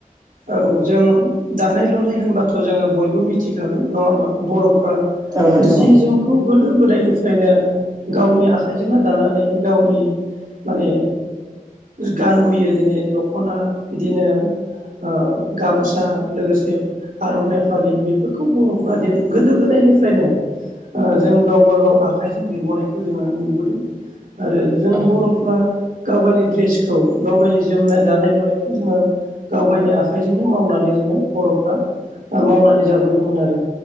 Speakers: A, on the right; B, on the right.
A: औ जों दानाय लुनाय होनबाथ जोङो बयबो मिथिखागौ नङा होमबा बरफ्रा
B: औ नोंथां
A: जि
B: औ
A: जोमखौ गोदो गोदायनिफ्रा - -यनो गावनि आखाइजोंनो दानानै गावनि माने गानबोयो दिनै दखना बिदिनो ओ गामसा लोगोसे आरनाय पालि बेफोरखौ बर' बा गोदो गोदायनि फ्रायनो ओ जों गावबा गाव आखाइजों एरबोननायखौ जोङो नुबोदों आरो जों
B: औ
A: बर'फ्रा गाव गावनि द्रेसखौ गाव गावनि जोमनाय दानाय लुनायखौ जोङो गाव गायनि आखाइजोंनो मावनानै जोङो बर'फ्रा मावनानै जाबोदोंमोन आरो